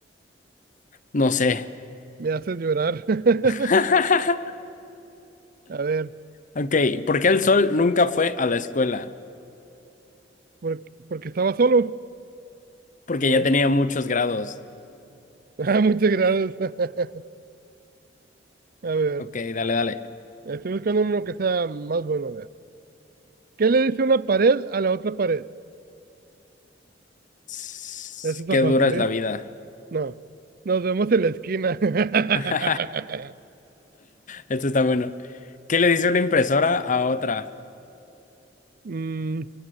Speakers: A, on the left; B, on the right.
A: no sé.
B: Me haces llorar.
A: <laughs>
B: <laughs> A ver.
A: Ok, ¿por qué el sol nunca fue a la escuela?
B: ¿Por- porque estaba solo?
A: Porque
B: No.
A: ya tenía
B: <laughs>
A: muchos grados.
B: Ah, muchas gracias. <laughs> A ver,
A: Ok, dale, dale.
B: estoy buscando uno que sea más bueno. A ver, ¿qué le dice una pared a la otra pared?
A: Sss,
B: Eso está
A: Qué
B: fácil,
A: dura es
B: ¿eh?
A: la vida.
B: No. Nos vemos en la esquina. <laughs>
A: <laughs> Esto está bueno. ¿Qué le dice una impresora a otra?
B: Mm,